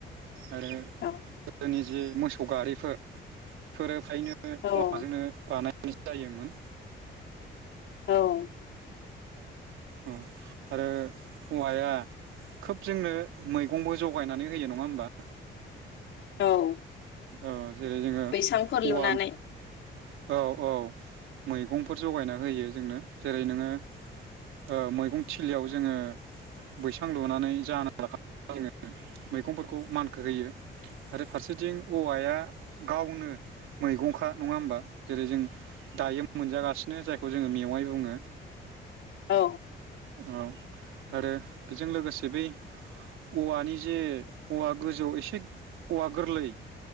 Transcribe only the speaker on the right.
आरो
गोदोनि जे मोसौ गा बेफोर फोरोब खायनो
औवाजोंनो बानाय जायोमोन।
उम आरो औवाया खोब जोंनो मैगंबो जगायनानै होयो नङा होमबा।
अ। जेरै जोङो
औवा
औ औ मैगंफोर जगायना होयो जोंनो जेरै नोङो ओ मैगं थिलियाव जोङो बैसां लुनानै जाना जोङो मैगंफोरखौ मानखो होयो आरो फारसेथिं औवाया गावनो मैगंखा नङा होमबा जेरै जों दायो मोनजागासिनो जायखौ जोङो मेवाइ बुङो।
औ आरो बेजों लोगोसे बै औवानि जे औवा गोजौ एसे औवा गोरलै।